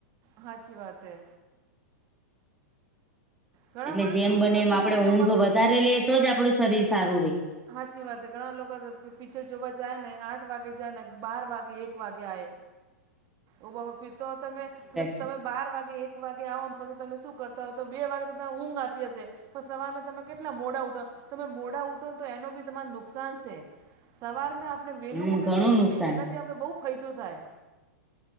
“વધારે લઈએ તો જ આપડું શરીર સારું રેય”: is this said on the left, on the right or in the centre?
Centre